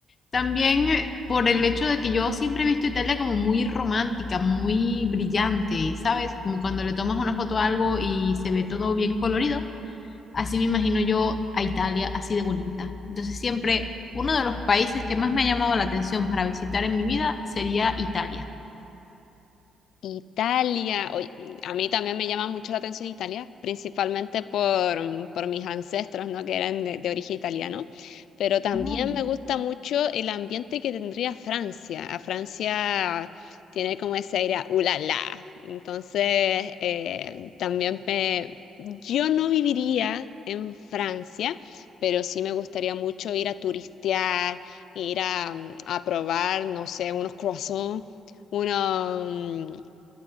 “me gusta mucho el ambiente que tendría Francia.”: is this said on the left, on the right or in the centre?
Left